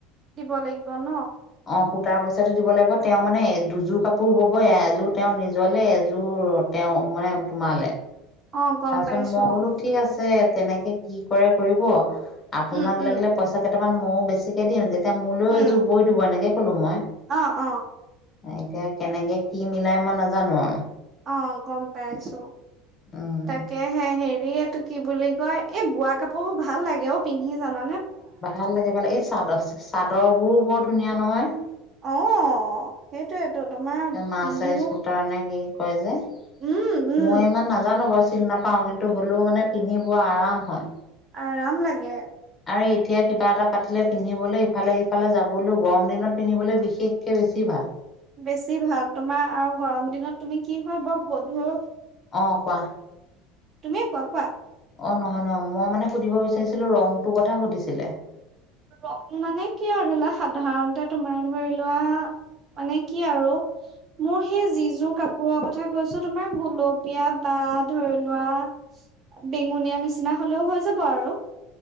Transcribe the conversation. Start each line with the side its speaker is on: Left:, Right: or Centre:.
Right: <unintelligible> কিব লাগিব ন
Left: অ' সূতাৰ পইচাটো দিব লাগিব, তেওঁ মানে দুযোৰ কাপোৰ বব, এযোৰ তেওঁৰ নিজলে, এযোৰ তেওঁ মানে তোমালৈ।
Right: অ গম
Left: তাৰপিছত
Right: পাইছো
Left: মই বোলো
Right: অ
Left: ঠিক আছে তেনেকে কি কৰে কৰিব, আপোনাক
Right: উম উম
Left: লাগিলে পইচা কেইটামান ময়ও বেছিকে দিম, যেতি এতিয়া মোলৈও
Right: উম
Left: এযোৰ বৈ দিব এনেকে কলো মই,
Right: অ অ
Left: এতিয়া কেনেকে কি মিলাই মই নাজানো আৰু।
Right: অ' গম পাই আছো,
Left: উম,
Right: তাক তেহে হেৰি এইটো কি বুলি কয়, এই বোৱা কাপোৰোৰ ভাল লাগে অ পিন্ধি জান
Left: ভাল লাগে ভালে, এই চাদৰ চাদৰ বোৰো বৰ ধুনীয়া নহয়।
Right: অ' সেইটোয়েইটো, তোমাৰ
Left: মাৰ্চাইজ
Right: পিন্ধিও
Left: সূতাৰ নে কি কয় যে,
Right: উম উম
Left: মই ইমান নাজানো বাও চিনি নাপাও কিন্তু হ'লেও মানে পিন্ধিব আৰাম হয়।
Right: আৰাম লাগে।
Left: আৰু এতিয়া কিবা এটা পাতিলে পিন্ধিবলৈ ইফালে-সিফালে যাবলৈও গৰম দিনত পিন্ধিবলৈ বিশেষকে বেছি ভাল।
Right: বেছি ভাল তোমাৰ আৰু গৰম দিনত তুমি কি হয় বৰ গধুৰ
Left: অ' কোৱা।
Right: তুমি কোৱা, কোৱা।
Left: অ' নহয়-নহয়, মই মানে সুধিব বিচাৰিছিলো, ৰংটোৰ কথা সুধিছিলে।
Right: ৰং মানে কি আৰু ধৰি লোৱা সাধাৰণতে তোমাৰ ধৰি লোৱা মানে কি আৰু মোৰ সেই যি যোৰ কাপোৰৰ কথা কৈছো তোমাৰ গুলপীয়া বা ধৰি লোৱা, বেঙুনীয়া নিচিনা হলেও হৈ যাব আৰু।